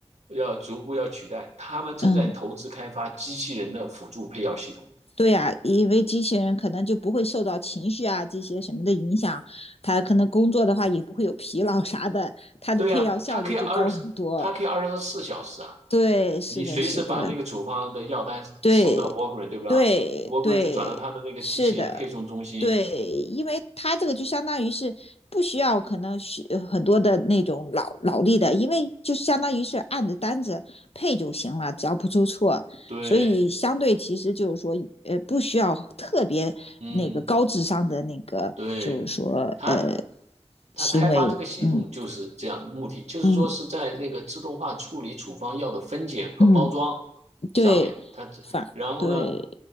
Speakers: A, on the right (about 85°); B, on the left (about 65°).
A: 要逐步要取代。他们正在投资开发机器人的辅助配药系统。
B: 嗯，对呀，因为机器人可能就不会受到情绪啊这些什么的影响，它可能工作的话也不会有疲劳啥的，它的配药效率就高很多。
A: 对呀，它可以二，它可以二十四小时啊，
B: 对，是的，
A: 你随时把那个处方的药单送到
B: 是的，对
A: Walgreen，对不对？Walgreen
B: 对对，
A: 就转到他的那个机器人配送中心，
B: 是的，对，因为他这个就相当于是不需要可能需呃很多的那种脑脑力的，因为就相当于是按着单子配就行了，只要不出错，
A: 对。
B: 所以相对其实就是说呃不需要特别那个高智商的那个就是说呃
A: 嗯，对，他他开发这个系统就是这样的目的，
B: 行为，嗯
A: 就是说是在那个自动化处理处方药的分拣和包装
B: 嗯嗯，对，
A: 上面，他这然后呢，
B: 反对。